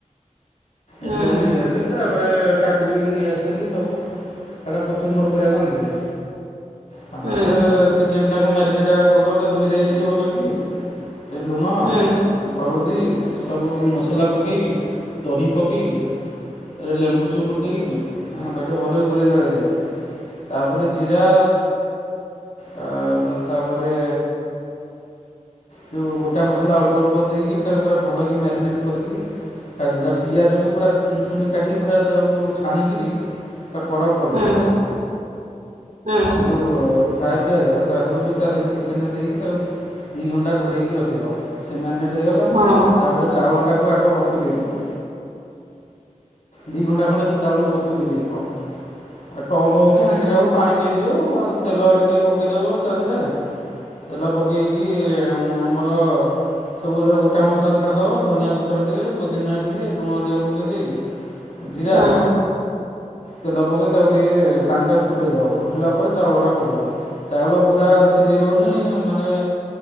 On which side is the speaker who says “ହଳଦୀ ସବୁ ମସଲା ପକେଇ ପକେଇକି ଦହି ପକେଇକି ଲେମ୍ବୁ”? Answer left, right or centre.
Left